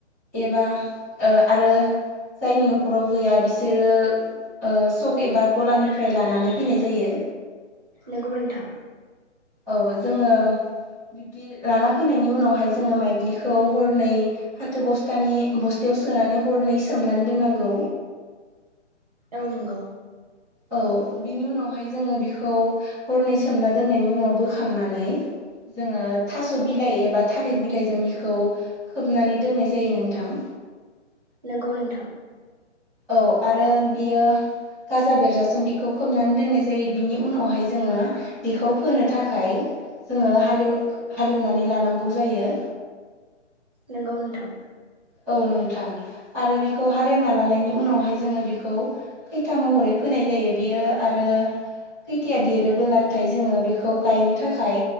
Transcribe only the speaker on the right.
नंगौ नोंथां
औ नंगौ
नंगौ नोंथां
नोंगौ नोंथां